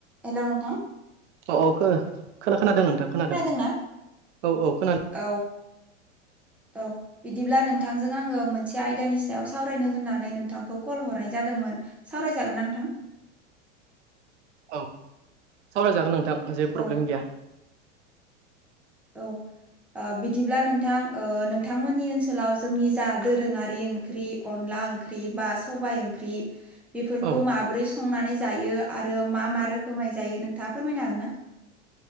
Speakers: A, in the centre; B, on the right.
A: हेलौ नोंथां?
B: औ औ खो-खोनादों नोंथां खोनादों।
A: खोनादोंना?
B: औ औ खोनादों।
A: औ औ। बिदिब्ला नोंथांजों आंङो मोनसे आयदानि सायाव सावरायनो होननानै नोंथांखौ कल हरनाय जादोंमोन। सावरायजागोन ना नोंथां?
B: औ सावरायजागोन नोंथां। जेबो प्रब्लेम
A: औ
B: गैया।
A: औ। आ बिदिब्ला नोंथां ओ नोंथांमोननि ओनसोलाव जोंनि जा दोरोङारि ओंख्रि। अनला ओंख्रि बा सबाय ओंख्रि। बेफोरखौ
B: औ
A: माबोरै संनानै जायो। आरो मा मा रोखोमै जायो नोंथाङा फोरमायनो हागोन ना?